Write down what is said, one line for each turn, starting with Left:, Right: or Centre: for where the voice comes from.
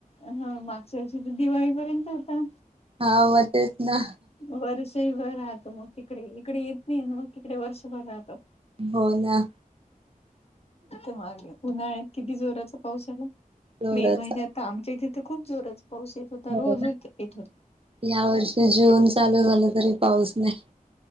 Left: अह मागच्या वर्षी तर दिवाळीपर्यंत होता.
Right: हा म तेच ना.
Left: वर्षहीभर राहतो मग तिकडे इकडे येत नाही मग तिकडे वर्षभर राहतो.
Right: हो ना.
Left: आ मागे उन्हाळ्यात किती जोराचा पाऊस आला
Right: जोराचा
Left: मे महिन्या आता आमच्या इथे तर खूप जोरच पाऊस येत होता
Right: ब
Left: रोज येत होता.
Right: या वर्षी जून चालू झाला तरी पाऊस नाही.